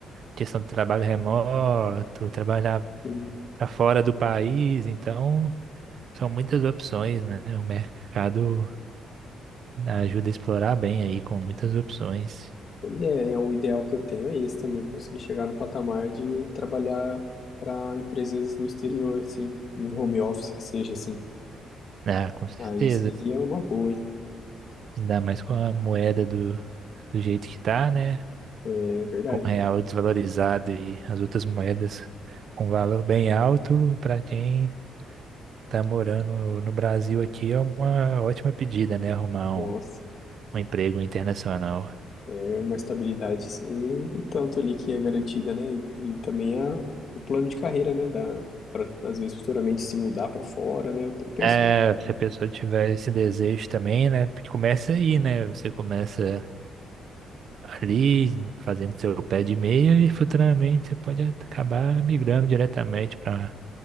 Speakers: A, on the right; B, on the left.
A: questão do trabalho remoto, trabalhar
B: E,
A: para fora do país, então. São muitas opções, né? O mercado ajuda a explorar bem aí com muitas opções.
B: pois é, é um ideal que eu tenho, é esse também, conseguir chegar no patamar de trabalhar para empresas no exterior, assim, no home office que seja, assim.
A: Ah, com certeza.
B: Aí seria uma boa, hein?
A: Ainda mais com a moeda do, do jeito que tá, né?
B: É verdade.
A: Com o real desvalorizado e as outras moedas com valor bem alto, para quem tá morando no Brasil aqui é uma ótima pedida, né? Arrumar
B: Nossa.
A: um, um emprego internacional.
B: É uma estabilidade e, e tanto ali que é garantida, né? E, e também a, o plano de carreira, né? Da, para às vezes futuramente se mudar para fora, né? Eu, eu penso,
A: É, se a pessoa tiver esse desejo também, né? Porque Começa aí, né? Você começa ali fazendo seu pé de meia e futuramente você pode acabar migrando diretamente para